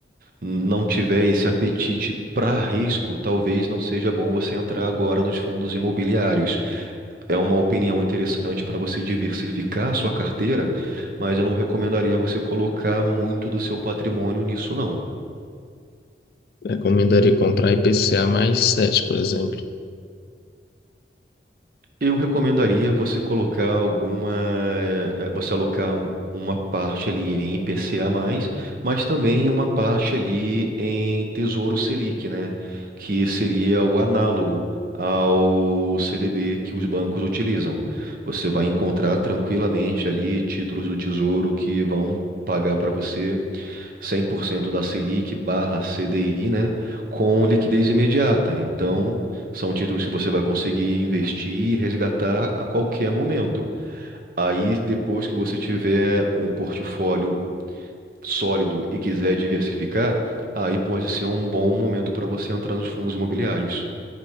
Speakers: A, on the right; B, on the left.
A: não tiver esse apetite para risco, talvez não seja bom você entrar agora nos fundos imobiliários. É uma opinião interessante para você diversificar a sua carteira, mas eu não recomendaria você colocar muito do seu patrimônio nisso, não.
B: Recomendaria comprar IPCA mais 7, por exemplo.
A: Eu recomendaria você colocar alguma, eh, eh, você alocar um- uma parte ali em IPCA+, mas também uma parte ali em Tesouro Selic, né? Que seria o análogo ao CDB que os bancos utilizam. Você vai encontrar tranquilamente ali títulos do Tesouro que vão pagar para você 100% da Selic barra CDI, né, com liquidez imediata. Então, são títulos que você vai conseguir investir e resgatar a qualquer momento. Aí, depois que você tiver um portfólio sólido e quiser diversificar, aí pode ser um bom momento para você entrar nos fundos imobiliários.